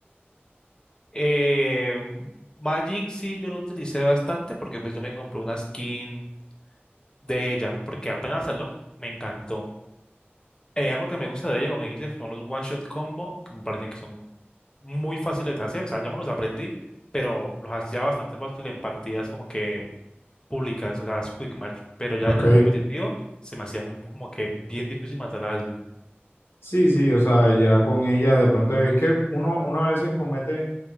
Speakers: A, on the left; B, on the left.
A: Eh, Magic sí yo lo utilicé bastante porque pues yo me compré una skin de ella, porque apenas salió me encantó. Eh, algo que me gusta de ella, como dijiste, son los one shot combo, que me parecen que son muy fáciles de hacer, o sea, yo me los aprendí, pero los hacía bastante fácil en partidas como que públicas, o sea, las quick match, pero ya
B: Ok.
A: en el competitivo se me hacía m- como que bien difícil matar a alguien.
B: Sí, sí, o sea, ya con ella de pronto es que uno, uno a veces comete